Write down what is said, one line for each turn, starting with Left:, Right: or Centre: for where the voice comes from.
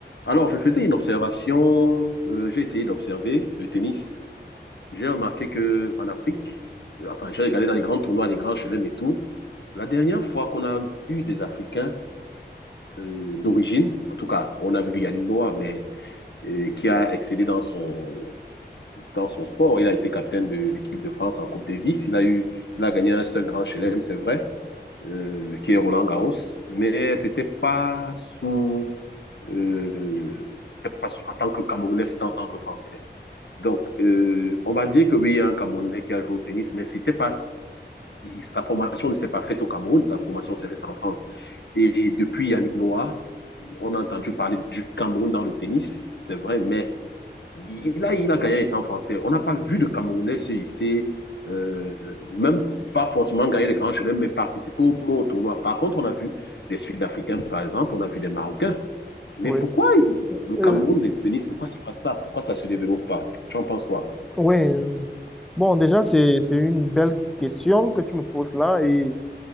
Left: Alors, je faisais une observation, euh, j'ai essayé d'observer le tennis. J'ai remarqué que en Afrique, euh, enfin, j'ai regardé dans les grands tournois, les grands chelems et tout. La dernière fois qu'on a eu des Africains euh, d'origine, en tout cas, on a vu Yannick Noah, mais euh, qui a excellé dans son dans son sport. Il a été capitaine de l'équipe de France en Coupe Davis. Il a eu, il a gagné un seul grand chelem, c'est vrai euh, qui est Roland Garros, mais c'était pas sous, euh, c'était pas sous- en tant que Camerounais, c'était en tant que Français. Donc, euh, on va dire que oui, il y a un Camerounais qui a joué au tennis, mais c'était pas, sa formation ne s'est pas faite au Cameroun, sa formation s'est faite en France. Et depuis Yannick Noah, on a entendu parler du Cameroun dans le tennis, c'est vrai, mais il a, il a gagné étant français. On n'a pas vu de Camerounais se hisser, euh, même pas forcément gagner les grands chelems, mais participer au, au tournoi. Par contre, on a vu des Sud-Africains, par exemple, on a vu des Marocains. Mais
Centre: Oui,
Left: pourquoi le
Centre: euh,
Left: Cameroun de tennis, pourquoi c'est pas ça? Pourquoi ça se développe pas? Tu en penses quoi?
Centre: oui. euh, Bon, déjà, c'est, c'est une belle question que tu me poses là. Et